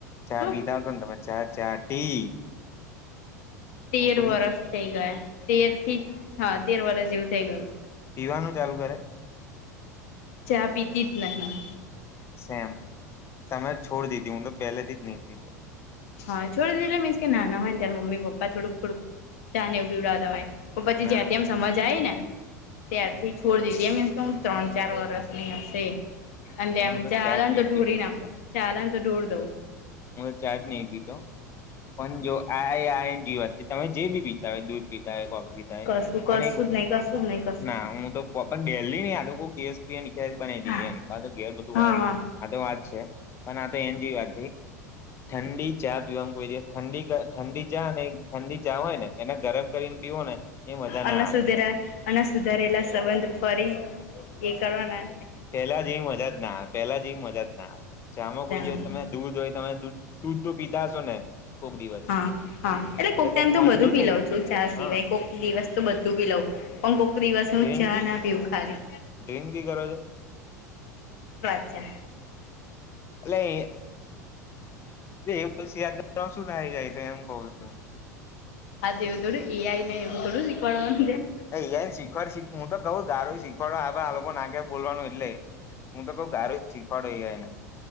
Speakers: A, on the left (about 30°); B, on the left (about 55°).
A: ચા
B: શું
A: પિધા ને તમે ચા. ચા ટી.
B: તેર
A: હું તો નહી
B: વરસ થઈ ગયા તેર થી, હા તેર વરસ જેવું થઈ ગયું.
A: પીવાનું ચાલુ કરે.
B: ચા પીતી જ નહી.
A: સેમ તમે છોડ દીધી, હું તો પહેલેથી જ નહી પીતો‌.
B: હા છોડી દિધી મીન્સ કે નાના હોય ત્યારે મમ્મી પપ્પા થોડુંક થોડુક ચા એવું પીવડાવતા હોય. તો પછી
A: ના
B: જ્યાંથી એમ સમજ આઇ ને ત્યારથી છોડી, દીધી એમીન્સ તો હ ત્રણ ચાર વરસની હશે અને
A: હુ,
B: એમ
A: તો
B: ચાલે
A: ચા જ
B: ને
A: નહી.
B: તો ઢોરી
A: પિ,
B: નાખો ચાલે ને તો ઢોર દઉં
A: હું તો ચા જ નહી પણ જો આ આ વાત તમે જે બી પીતા હોય દૂધ પીતા હોય, કોફી પીતા
B: કશું કશું
A: એક
B: જ નહી કશું જ નહી કશું
A: ના
B: જ નહી
A: હુ, તો ગેલી ન દોસ નીચ બના દઈ
B: હા
A: એમ, ઘેર બધું
B: હા
A: વાત
B: હા
A: આ તો વાત છે, પણ આ તો એન જેવી વાત થઈ. ઠડી ચા પીવાનું, કોઈ દિવસ ઠંડી ઠડી ચા ને ઠડી ચા હોય, ને એને ગરમ કરીને પીવો ને એ મજા
B: અને
A: ના આવે
B: સુધરા
A: ખરી
B: અને સુધારેલા સંબંધ ફરી, એ કરવાના
A: પેલા જેવી, મજા જ ના આવે, પેલા જેવી મજા જ ના આવે, ચા માં કોઈ દિવસ
B: ના આવે
A: તમે દૂધ હોય, તમે દૂધ તું તો પીતા હશો ને? કોક દિવસ
B: હા, હા એટલે કોઈક ટાઈમ
A: તે
B: તો
A: ઠંડુ
B: બધું પી
A: થઈ
B: લઉં છુ, ચા સિવાય
A: હા
B: કોઈક દિવસ તો બધું પી લઉ. પણ કોક, દિવસે
A: ડ્રિંક
B: ચા
A: બી
B: ના પીવ ખાલી
A: ડ્રિંક ભી કરો છો?
B: ચા
A: એ એમાં શેર, <inaudible> જાય છે. જ એમ કવ છૂ
B: અતવ, થોડુ એ આઈ ને એવું થોડું શીખવાડવાનુ
A: અ શીખવાડ હુ, તો કઉ ગારુ શીખવાડો, આ લોકોને ગ્યા, બોલવાનું એટલે હું તો કઉ ગારો શીખવાડો એઆઈને